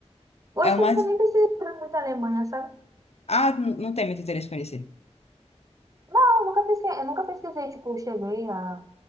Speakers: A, on the right (about 30°); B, on the left (about 65°).
A: Eu
B: É
A: acho
B: uma.
A: que eu nunca nem pesquisei muito a Alemanha, sabe?
B: Ah, n- não tem muito interesse em conhecer.
A: Não, eu nunca pesquisei, eu nunca pesquisei, tipo, eu cheguei a,